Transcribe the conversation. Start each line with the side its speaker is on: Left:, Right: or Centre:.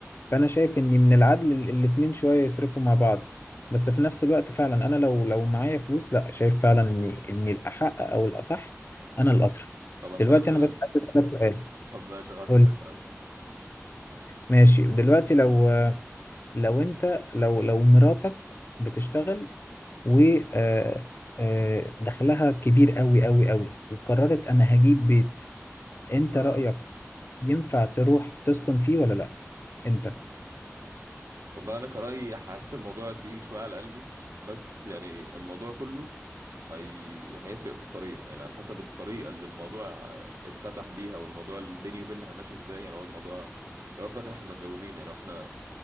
Left: فانا شايف ان من العدل ال- الاتنين شويه يصرفوا مع بعض بس في نفس الوقت فعلا انا لو لو معايا فلوس لا شايف فعلا ان ان الاحق او الاصح انا اللي اصرف
Right: طب هسألك
Left: دلوقتي
Right: سؤال
Left: انا بس عايز اسالك سؤال
Right: طب ماشي خلاص
Left: قول
Right: اسال
Left: لي.
Right: انت الاول
Left: ماشي دلوقتي لو لو انت لو لو مراتك بتشتغل و آه، آه، دخلها كبير قوي قوي قوي وقررت انا هجيب بيت انت
Right: اه
Left: رايك ينفع تروح تسكن فيه ولا لا انت
Right: والله انا كرأيي هحس الموضوع تقيل شويه على قلبي بس يعني الموضوع كله هي... هيفرق في الطريقه يعني على حسب الطريقه اللي الموضوع آه، اتفتح بيها والموضوع اللي بيني وبينها ماشي ازاي يعني هو الموضوع في الاول وفي الاخر احنا متجوزين يعني احنا